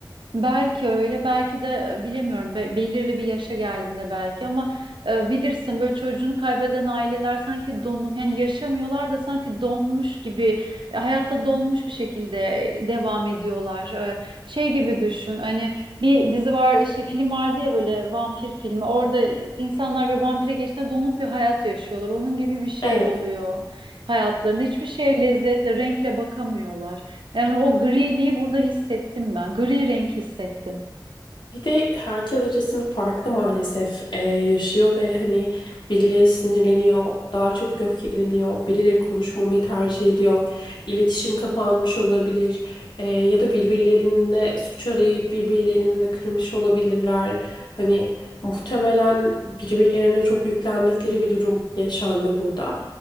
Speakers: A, on the right; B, on the left.
A: Belki öyle, belki de e, bilemiyorum. Be- belirli bir yaşa geldiğinde belki ama e, bilirsin böyle çocuğunu kaybeden aileler sanki donuk, hani yaşamıyorlar da sanki donmuş gibi, e, hayatta donmuş bir şekilde devam ediyorlar. E, şey gibi düşün. Hani bir dizi var, şey film vardı ya böyle vampir filmi. Orada insanlar bir vampire geçtiğinde donuk bir hayat yaşıyorlar. Onun gibi bir şey
B: Evet.
A: oluyor hayatlarında. Hiçbir şeye lezzetle, renkle bakamıyorlar. Yani o griliği burada hissettim ben. Gri renk hissettim.
B: Bir de herkes açısından farklı maalesef e, yaşıyor ve hani birileri sinirleniyor, daha çabuk öfkeleniyor, birileri konuşmamayı tercih ediyor, iletişim kapanmış olabilir e, ya da birbirlerinde suç arayıp birbirlerini de kırmış olabilirler. Hani muhtemelen birbirlerine çok yüklendikleri bir durum yaşandı burada.